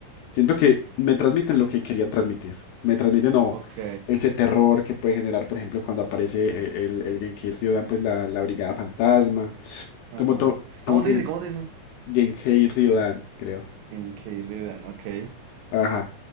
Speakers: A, on the left (about 80°); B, on the right (about 85°).
A: siento que me transmiten lo que querían transmitir, me transmiten o
B: Ok,
A: ese terror que puede generar, por ejemplo, cuando aparece eh, el, el Genkai Ryodan, pues la, la Brigada Fantasma,
B: Ajá.
A: como to- como
B: ¿Cómo
A: que
B: se dice? ¿Cómo se dice?
A: Genkai Ryodan, creo.
B: En Keirledan, ok.
A: Ajá.